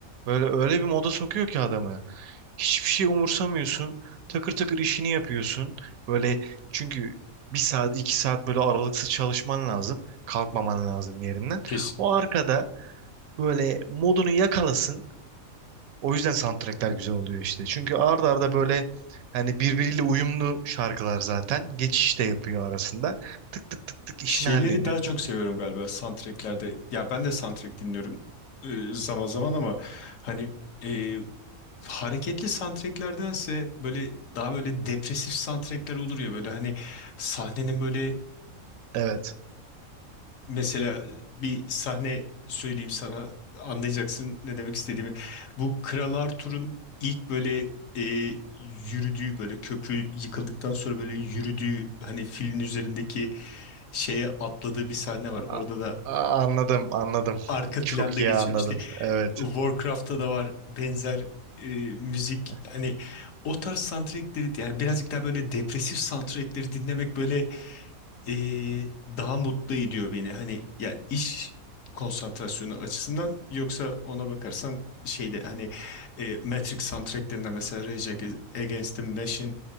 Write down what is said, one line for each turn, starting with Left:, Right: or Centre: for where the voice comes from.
Right: böyle öyle bir moda sokuyor ki adamı. Hiçbir şey umursamıyorsun. Takır takır işini yapıyorsun. Böyle çünkü bir saat iki saat böyle aralıksız çalışman lazım. Kalkmaman lazım yerinden.
Left: Kesinlikle.
Right: O arkada böyle modunu yakalasın. O yüzden soundtrackler güzel oluyor işte. Çünkü arda arda böyle hani birbiriyle uyumlu şarkılar zaten. Geçiş de yapıyor arasında. Tık tık tık tık işini
Left: Şeyleri
Right: hallediyorsun.
Left: daha çok seviyorum galiba soundtracklerde. Ya ben de soundtrack dinliyorum e, zaman zaman ama hani e, hareketli soundtracklerdense böyle daha böyle depresif soundtrackler olur ya böyle hani sahnenin böyle
Right: Evet.
Left: Mesela bir sahne söyleyeyim sana anlayacaksın ne demek istediğimi. Bu Kral Arthur'un ilk böyle e, yürüdüğü böyle köprü yıkıldıktan sonra böyle yürüdüğü hani filin üzerindeki şeye atladığı bir sahne var.
Right: A-
Left: Orada da
Right: a- anladım anladım.
Left: arka planda
Right: Çok iyi
Left: geçiyor.
Right: anladım.
Left: İşte
Right: Evet.
Left: Warcraft'ta da var benzer e, müzik.
Right: Heh,
Left: Hani o tarz soundtrackleri yani birazcık daha böyle depresif soundtrackleri dinlemek böyle e, daha mutlu ediyor beni. Hani ya iş konsantrasyonu açısından yoksa ona bakarsan şeyde hani e, Matrix soundtracklerinde mesela Rage Against the Machine